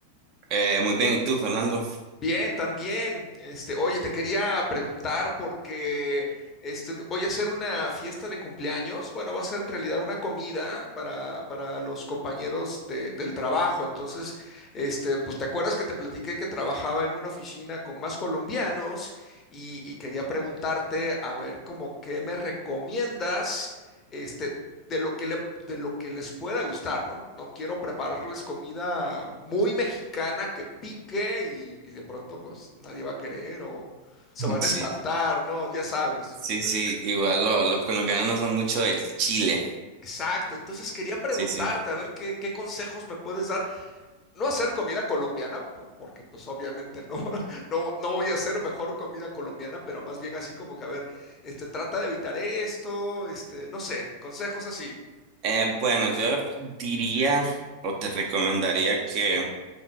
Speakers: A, on the right; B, on the left.
A: Eh, muy bien, ¿y tú, Fernando?
B: Bien, también. Este, oye, te quería preguntar porque este, voy a hacer una fiesta de cumpleaños. Bueno, va a ser en realidad una comida para, para los compañeros de- del trabajo. Entonces, este, pues te acuerdas que te platiqué que trabajaba en una oficina con más colombianos y, y quería preguntarte a ver como qué me recomiendas este, de lo que le, de lo que les pueda gustar, ¿no? No quiero prepararles comida muy mexicana que pique y, y de pronto pues nadie va a querer o se van
A: Sí,
B: a espantar, ¿no? Ya sabes,
A: sí,
B: este.
A: sí, igual lo- los colombianos no son mucho del Chile.
B: Exacto, entonces quería preguntarte
A: Sí, sí.
B: a ver qué, qué consejos me puedes dar. No hacer comida colombiana, por- porque pues obviamente no, <laughs> no, no voy a hacer mejor comida colombiana, pero más bien así como que a ver, este, trata de evitar esto, este, no sé, consejos así.
A: Eh, bueno, yo diría o te recomendaría que